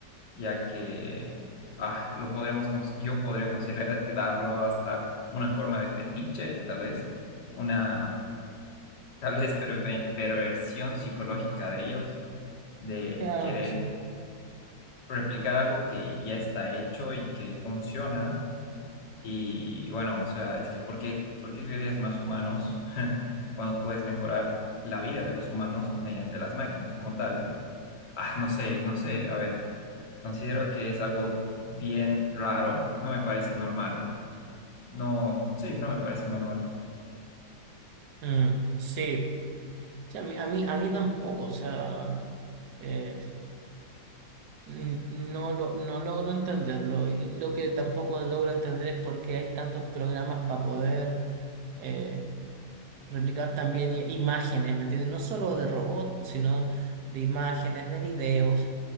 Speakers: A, on the left; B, on the right.
A: ya que ah, lo podríamos, cons- yo podría considerarlo hasta una forma de fetiche, tal vez, una tal vez perve- perversión psicológica de ellos, de
B: Claro,
A: querer
B: sí.
A: replicar algo que ya está hecho y que funciona Y bueno, o sea, es que ¿por qué, por qué crearías más humanos <laughs> cuando puedes mejorar la vida de los humanos mediante las máquinas como tal? Ah, no sé, no sé, a ver, considero que es algo bien raro, no me parece normal, no, sí, no me parece normal,
B: Mm, sí. Sí, a mí, a mí, a mí tampoco, o sea, eh, n- no lo, no logro entenderlo. Y lo que tampoco logro entender es por qué hay tantos programas para poder eh, replicar también i- imágenes, ¿me entiendes? No solo de robots, sino de imágenes, de videos,